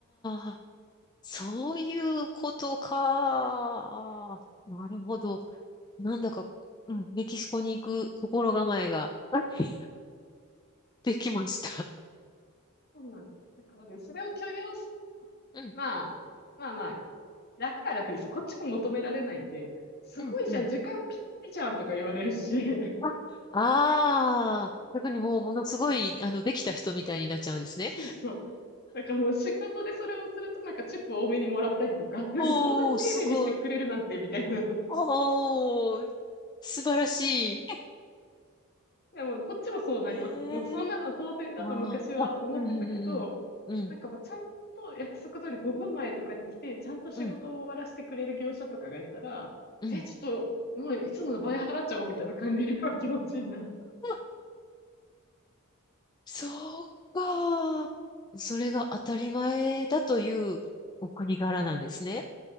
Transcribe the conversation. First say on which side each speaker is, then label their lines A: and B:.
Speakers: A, on the left; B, on the left.
A: ああ、そういうことか。あーなるほど。なんだか、うん、メキシコに行く心構えが <laughs> できました。
B: そうなんです。だからね、それを許容す、
A: うん、
B: まあ、まあまあ、楽は楽ですよ。こっちも求められないんで、すごいじゃん、
A: うん、うん。
B: 時間ぴったりじゃんとか言われるし、<laughs>
A: <laughs> あああー、逆にもうものすごい、あの、できた人みたいになっちゃうんですね。
B: そうそう。だからもう仕事でそれをするとなんかチップ多めにもらったりとか、<laughs> こんなに丁寧にしてくれるなんてみたいな。
A: おー、すごい。おー、素晴らしい。
B: でも、こっちもそうなります。
A: へえ。
B: もう、そんなの当然だと昔は思ってたけど、
A: あーあ、うんうんうんうん。
B: なんかもう、ちゃんと約束通り5分前とかに来て、ちゃんと仕事を終わらせてくれる業者とかがいたら、
A: うんうんうん。
B: え、ちょっと、もういつもの倍払っちゃおうみたいな感じの気持ちになる。
A: <laughs> あああそうか。それが当たり前だというお国柄なんですね。
B: はい。